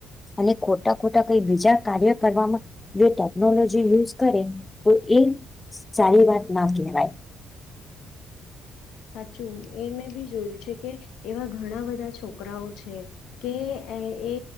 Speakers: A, on the left; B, on the left.
A: અને ખોટા ખોટા કઈ બીજા કાર્ય કરવામાં જો ટેકનોલોજી યુઝ કરે તો એ સારી વાત ના કહેવાય
B: સાચું એ મેં બી જોયું છે, કે એવા ઘણા બધા છોકરાઓ છે. કે એ